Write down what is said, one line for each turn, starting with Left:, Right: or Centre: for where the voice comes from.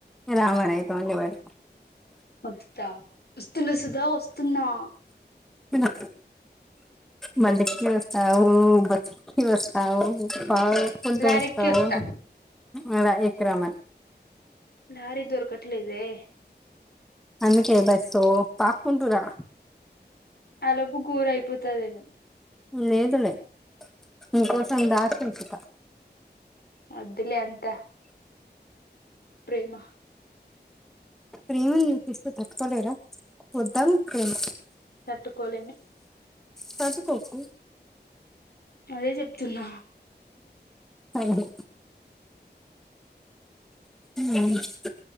Centre: రా మరి అయితే వండిపెడతా
Left: వస్తా వస్తున్న సుధా వస్తున్నా
Centre: విన బండెక్కి వస్తావో బస్ క్కి వస్తావొ పాకుంటూ
Left: లారీక్కి
Centre: వస్తావో
Left: వస్తా
Centre: ఉ రా ఎక్కి రా మరి
Left: నారే దొరకట్లేదే
Centre: అందుకే బట్ సో పాక్కుంటూ రా
Left: లోపు కూర అయిపోతదేమో
Centre: లేదులే మీకోసం దాచచ్చుంత
Left: వద్దులే అంత ప్రేమ
Centre: ప్రేమని చూపిస్తూ తట్టుకోలేరా వద్దామ్ ప్రేమ
Left: తట్టుకోలేము
Centre: తట్టుకోకు
Left: అదే చెప్తున్నా
Centre: అహో అ